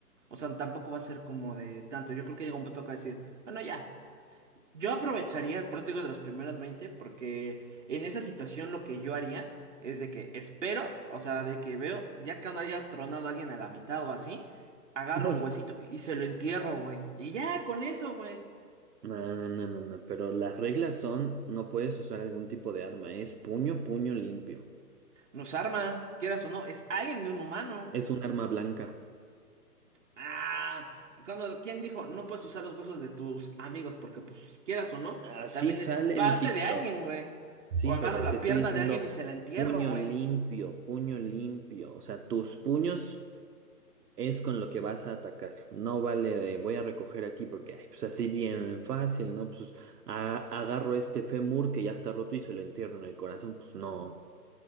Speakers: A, on the right (about 50°); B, on the right (about 75°).
A: O sea, tampoco va a ser como de tanto. Yo creo que llega un punto que va a decir, bueno, ya. Yo aprovecharía, el eso de los primeros veinte porque en esa situación lo que yo haría es de que espero, o sea, de que veo, ya cuando haya tronado a alguien a la mitad o así, agarro
B: <laughs>
A: un huesito y se lo entierro, güey. Y ya, con eso, güey.
B: No, no, no, no, no, pero las reglas son, no puedes usar algún tipo de arma, es puño, puño limpio,
A: Nos arma, quieras o no, es alguien de un humano.
B: es un arma blanca.
A: Ah, cuando, ¿quién dijo? No puedes usar los huesos de tus amigos porque, pues, quieras o no,
B: Así
A: también
B: sale
A: es parte
B: en TikTok,
A: de alguien, güey.
B: sí,
A: O agarro
B: pero
A: la
B: te estoy
A: pierna
B: diciendo
A: de alguien y se la entierro,
B: puño
A: güey.
B: limpio, puño limpio, o sea, tus puños es con lo que vas a atacar, no vale de voy a recoger aquí porque, ay, pues así bien fácil, ¿no? Pues a- agarro este fémur que ya está roto y se lo entierro en el corazón, pues no,